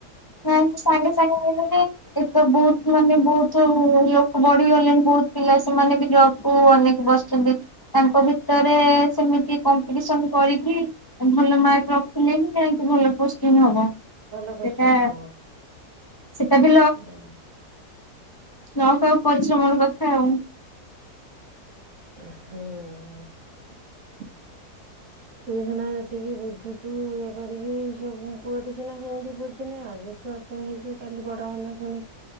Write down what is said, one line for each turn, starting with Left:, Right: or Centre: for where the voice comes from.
Left: ନା ତୁ ସାଙ୍ଗେ ସାଙ୍ଗେ ହେଇଗଲେ ଏତ ବହୁତ ମାନେ ବହୁତ ଲୋକ ବଢିଗଲେଣି ବହୁତ ପିଲା ସେମାନେ ବି ଜବ୍ ଓ ଅନେକ ବସିଛନ୍ତି ତାଙ୍କ ଭିତରେ ସେମିତି କମ୍ପିଟିସନ କରିକି ଭଲ ମାର୍କ ରଖିଲେ ହିଁ ଯାଇକି ଭଲ ପୋଷ୍ଟି ହବ।
Right: ଭଲ ପୋଷ୍ଟିଙ୍ଗ
Left: ସେଟା ସେଟା ବି
Right: ହେବ
Left: ନ କ ଆଉ ପରିଶ୍ରମର କଥା ଆଉ
Right: ହୁଁ ତୁ ସିନା ଯେତିକି ବୁଝୁଛୁ ଇଏ କରିକି ସେ ପୁଅଟି ସିନା ସେମିତି ବୁଝିନେ ଆଜି ଛୁଆ ପୁଣି ହେଇଛି କାଲି ବଡ ହେଲେ ପୁଣି